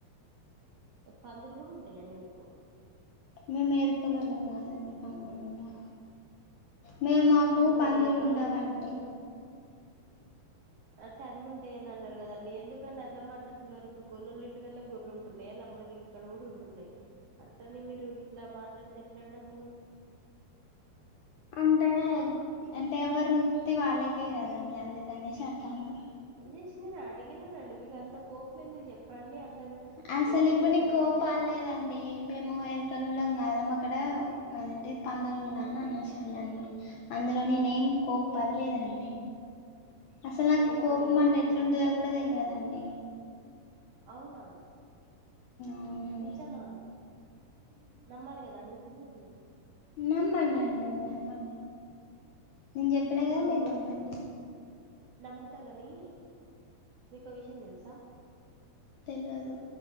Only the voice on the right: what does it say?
అ పందులు కూడ్ ఉంటాయండి మీకు
హలో
అయ్యో
ఎరకలోళ్ళ ఇంటికాడనే అట్ అన్ని ఉంటాయనన్నారు కదండి ఎందుకండ్ అట్ల మాట్లాడుతున్నారు. ఇప్పుడు గొల్లోలింటికన్నె గొర్లు ఉంటున్నాయ లంబడోల్ ఇక్కడ గూడ్ ఉంటున్నయ్. అట్లని మీరు గిట్లా మాట్లాడితే ఎట్లాండసలు
జస్ట్ నేను అడిగిననండి మీకు అంత కోపం ఎందుకు చెప్పండి అంత
బ్లడ్
ప్రెషర్
అంటే
ఏం
ఏమోండి
నాకు
అట్లా
అవునా
నిజమా నమ్మాలి కదాండి మీరు
అవును
నమ్ముత గానీ మీకో విషయం తెలుసా